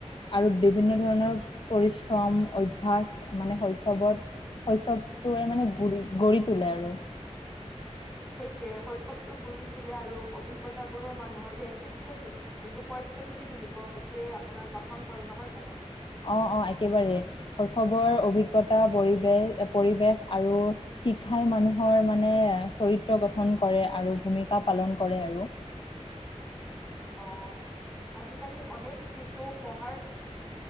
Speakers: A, on the left; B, in the centre.
A: আৰু বিভিন্ন ধৰণৰ পৰিশ্ৰম, অভ্যাস মানে শৈশৱত শৈশৱটোৱে মানে গঢ়ি গঢ়ি তোলে আৰু।
B: সেইটোৱে শৈশৱটো গঢ়ি তোলে আৰু অভিজ্ঞতাবোৰৰ মানুহৰ ব্যক্তিত্ব গঢ়ি যোনটো পাৰ্চনেলিটি বুলি কওঁ সেইটোয়ে আপোনাৰ গঠন কৰে নহয় জানো।
A: অ অ একেবাৰেই শৈশৱৰ অভিজ্ঞতা পৰিৱেশ পৰিৱেশ আৰু শিক্ষাই মানুহৰ মানে চৰিত্ৰ গঠন কৰে আৰু ভূমিকা পালন কৰে আৰু।
B: অ, আজিকালি অনেক শিশু পঢ়াৰ